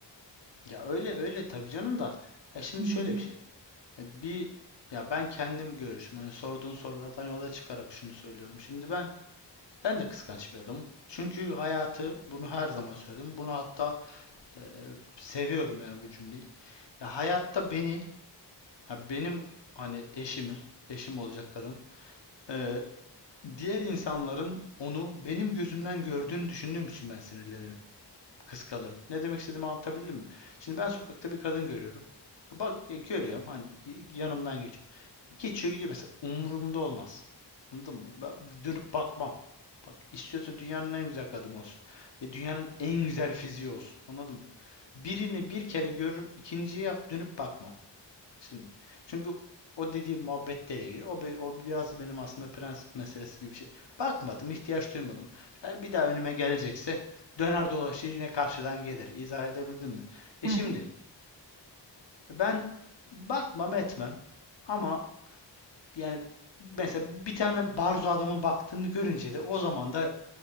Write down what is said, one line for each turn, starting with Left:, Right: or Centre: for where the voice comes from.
Left: Ya öyle öyle tabii canım da. Ya şimdi
Right: Hmm.
Left: şöyle bir şey. E, Bir ya ben kendim görüşüm. Hani sorduğun sorulardan yola çıkarak şunu söylüyorum. Şimdi ben ben de kıskanç bir adamım. Çünkü hayatı bunu her zaman söyledim. Bunu hatta e, seviyorum yani bu cümleyi. Ya hayatta beni ha benim hani eşimi, eşim olacak kadın. e, diğer insanların onu benim gözümden gördüğünü düşündüğüm için ben sinirlenirim, kıskanırım. Ne demek istediğimi anlatabildim mi? Şimdi ben sokakta bir kadın görüyorum. Bak ya görüyorum hani y- yanımdan geçiyor. Geçiyor gidiyor mesela. Umurumda olmaz. Anladın mı? Ben dönüp bakmam. Bak istiyorsa dünyanın en güzel kadını olsun. Ya dünyanın en güzel fiziği olsun. Anladın mı? Birini bir kere görürüm, ikinciye dönüp bakmam. Şimdi. Çünkü o dediğim muhabbetlere giriyor. O, be- o biraz benim aslında prensip meselesi gibi bir şey. Bakmadım, ihtiyaç duymadım. Ha, bir daha önüme gelecekse döner dolaşır yine karşıdan gelir. İzah edebildim mi? E
Right: Hı
Left: şimdi
Right: hı.
Left: ben bakmam etmem ama yani mesela bir tane barzo adamın baktığını görünce de o zaman da